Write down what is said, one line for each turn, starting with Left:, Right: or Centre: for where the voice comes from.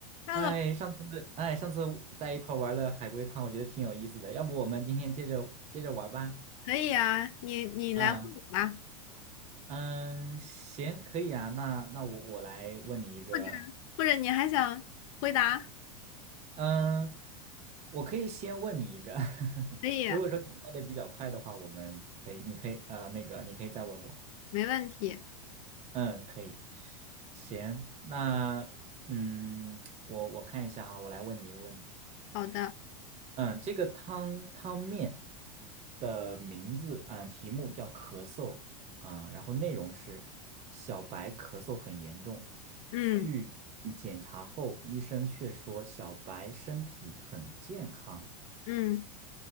Left: Hello，
Right: 嗨，上次哎，上次在一块玩了海龟汤，我觉得挺有意思的。要不我们今天接着接着玩吧？
Left: 可以啊，你你来问我吧，
Right: 嗯嗯，行，可以啊。那那我我来问你一个，
Left: 或者或者你还想回答，
Right: 嗯，我可以先问你一个。<laughs>
Left: 可以，
Right: 如果说你说的比较快的话，我们可以，你可以呃，那个你可以再问我。
Left: 没问题。
Right: 嗯，可以。行，那嗯，我我看一下哈，我来问你一个问题。
Left: 好的，
Right: 嗯，这个汤汤面的名字啊，题目叫咳嗽啊，然后内容是小白咳嗽很严重，
Left: 嗯
Right: 去检查后，医生却说小白身体很健康。
Left: 嗯，